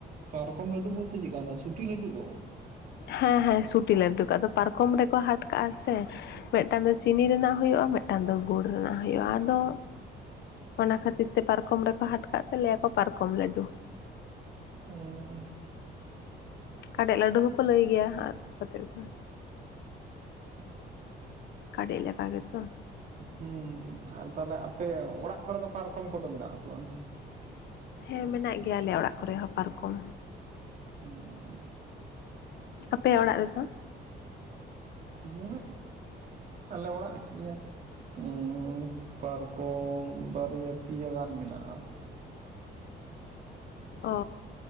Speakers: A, on the right; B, on the left.
A: ᱯᱟᱨᱠᱚᱢ ᱞᱟᱹᱰᱩ ᱵᱚᱞᱛᱮ ᱪᱮᱜ ᱠᱟᱱᱟᱜ ᱥᱩᱴᱤ ᱞᱟᱹᱰᱩ ᱠᱚ?
B: ᱦᱮᱸ ᱦᱮᱸ ᱥᱩᱴᱤ ᱞᱟᱹᱰᱩ ᱠᱚ ᱟᱫᱚ ᱯᱟᱨᱠᱚᱢ ᱨᱮᱠᱚ ᱦᱟᱴ ᱠᱟᱜ-ᱟ ᱥᱮ, ᱢᱤᱜᱴᱟᱝ ᱫᱚ ᱪᱤᱱᱤ ᱨᱮᱱᱟᱜ ᱦᱳᱭᱳᱜ-ᱟ ᱢᱮᱜᱴᱟᱝ ᱫᱚ ᱜᱩᱲ ᱨᱮᱱᱟᱜ ᱦᱩᱭᱩᱜ-ᱟ ᱟᱫᱚ ᱚᱱᱟ ᱠᱷᱟᱹᱛᱤᱨ ᱛᱮ ᱯᱟᱨᱠᱚᱢ ᱨᱮᱠᱚ ᱦᱟᱴ ᱠᱟᱜ ᱛᱟᱞᱮᱭᱟᱠᱚ ᱯᱟᱨᱠᱚᱢ ᱞᱟᱹᱰᱩ
A: ᱚᱸ
B: ᱠᱟᱰᱮᱜ ᱞᱟᱹᱰᱩ ᱦᱚᱸᱠᱚ ᱞᱟᱹᱭ ᱜᱮᱭᱟ ᱟᱨ ᱠᱟᱛᱮᱫᱴᱜ ᱫᱚ ᱠᱟᱸᱰᱮᱜ ᱞᱮᱠᱟ ᱜᱮᱛᱚ᱾
A: ᱦᱩᱸ ᱟᱨ ᱛᱟᱦᱞᱮ ᱟᱯᱮ ᱚᱲᱟᱜ ᱠᱚᱨᱮ ᱫᱚ ᱯᱟᱨᱠᱚᱢ ᱠᱚᱫᱚ ᱢᱮᱱᱟᱜ ᱟᱥᱮ ᱵᱟᱝ?
B: ᱦᱮᱸ ᱢᱮᱱᱟᱜ ᱜᱮᱭᱟ ᱟᱞᱮᱭᱟᱜ ᱚᱲᱟᱜ ᱠᱚᱨᱮ ᱦᱚᱸ ᱯᱟᱨᱠᱚᱢ᱾
A: ᱦᱩᱸ
B: ᱟᱯᱮᱭᱟᱜ ᱚᱲᱟᱜ ᱨᱮᱫᱚ?
A: ᱦᱩᱸ ᱟᱞᱮ ᱚᱲᱟᱜ ᱢᱮᱱᱟᱜ ᱜᱮᱭᱟ᱾ ᱩᱸ ᱯᱟᱨᱠᱚᱢ ᱵᱟᱨᱭᱟ ᱯᱮᱭᱟ ᱜᱟᱱ ᱢᱮᱱᱟᱜ-ᱟ᱾
B: ᱚ